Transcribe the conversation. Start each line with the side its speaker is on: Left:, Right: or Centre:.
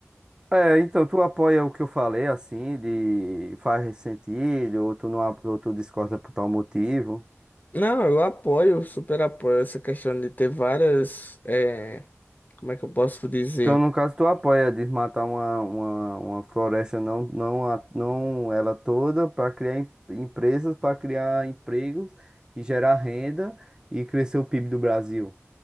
Right: É, então tu apoia o que eu falei, assim, de faz sentido, ou tu não, ap- ou tu discorda por tal motivo.
Left: Não, eu apoio, super apoio essa questão de ter várias. é, como é que eu posso dizer?
Right: Então, no caso, tu apoia desmatar uma, uma, uma floresta, não, não, a- não ela toda, para criar em- empresas, para criar empregos e gerar renda e crescer o PIB do Brasil.